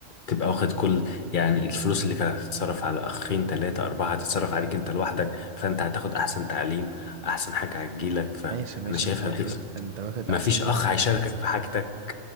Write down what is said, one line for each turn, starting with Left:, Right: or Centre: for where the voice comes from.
Left: بتبقى واخد كل يعني الفلوس اللي كانت هتتصرف على اخين تلاتة اربعة هتتصرف عليك انت لوحدك فانت هتاخد احسن تعليم احسن حاجة هتجيلك فانا
Right: ماشي ماشي
Left: شايفها
Right: انت واخد
Left: بتبقى
Right: انت واخد
Left: مفيش
Right: احسن
Left: اخ هيشاركك في حاجتك